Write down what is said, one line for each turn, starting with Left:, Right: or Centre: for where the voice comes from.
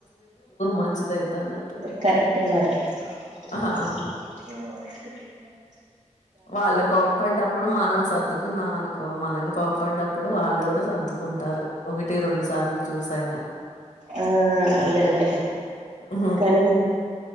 Left: మంచిదయిద్దన్నట్టు.
Right: కరెక్ట్ మర <unintelligible>
Left: ఆహా! ఆ! వాళ్ళు కోప్పడటప్పుడు మనం సద్ సర్దుకున్నాం అనుకో మనం కోపాడ్డప్పుడు వాళ్ళు కూడా సర్దుకుంటారు ఒకటి రెండు సార్లు చూసాన
Right: ఆ అదే అదే
Left: ఆ
Right: కానీ